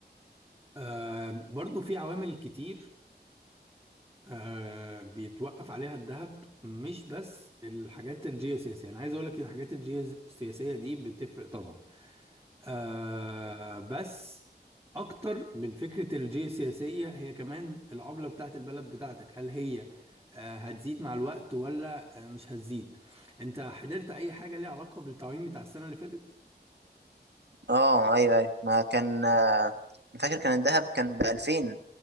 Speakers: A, on the right; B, on the right.
A: آه برضو في عوامل كتير آه بيتوقف عليها الذهب مش بس الحاجات الجيوسياسية أنا عايز أقول لك إن الحاجات الجيوسياسية دي بتفرق طبعا آه بس أكتر من فكرة الجيوسياسية هي كمان العملة بتاعت البلد بتاعتك هل هي آه هتزيد مع الوقت ولا آه مش هتزيد أنت حضرت أي حاجة ليها علاقة بالتعويم بتاع السنة اللي فاتت؟
B: اه ايوه ايوه ما كان آه، مش فاكر كان الذهب كان ب 2000